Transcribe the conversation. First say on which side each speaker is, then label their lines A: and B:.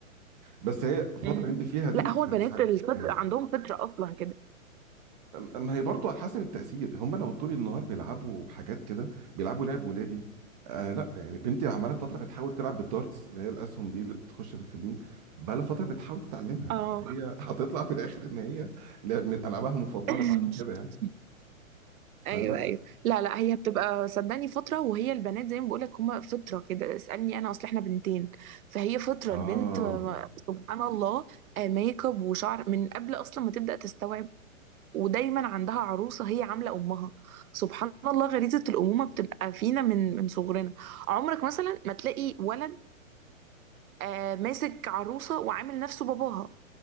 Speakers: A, on the right; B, on the right.
A: بس هي الفتره
B: مم.
A: اللي انت فيها دي
B: لا هو البنات
A: هت... هت...
B: الفطر
A: جميله
B: عندهم فطرة اصلا كده
A: أم- ما هي برضه على حسب التأثير هم لو طول النهار بيلعبوا بحاجات كده بيلعبوا لعب ولادي آه لا يعني بنتي عمالة فترة بتحاول تلعب بالدارتس اللي هي الأسهم دي اللي بتخش في الفلين بقالها فترة بتحاول تتعلمها
B: اه
A: هي <laughs> هتطلع في الآخر إن هي لعب من ألعابها المفضلة
B: <laughs>
A: بعد كده يعني
B: ايوه
A: فلا
B: ايوه لا لا هي بتبقى صدقني فتره وهي البنات زي ما بقولك هما فطره كده اسالني انا اصل احنا بنتين فهي فطره
A: آه
B: البنت ما- ما- سبحان الله آه، ميك اب وشعر من قبل اصلا ما تبدا تستوعب ودايما عندها عروسه هي عامله امها سبحان الله غريزه الامومه بتبقى فينا من من صغرنا عمرك مثلا ما تلاقي ولد آه، ماسك عروسه وعامل نفسه باباها